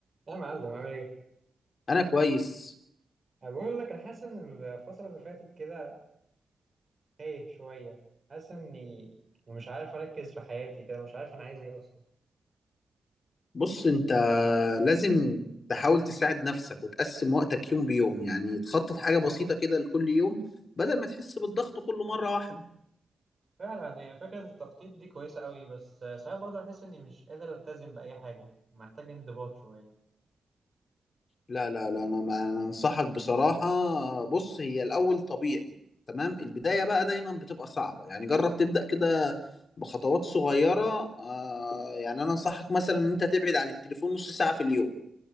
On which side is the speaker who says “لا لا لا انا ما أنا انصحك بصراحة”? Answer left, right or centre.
Left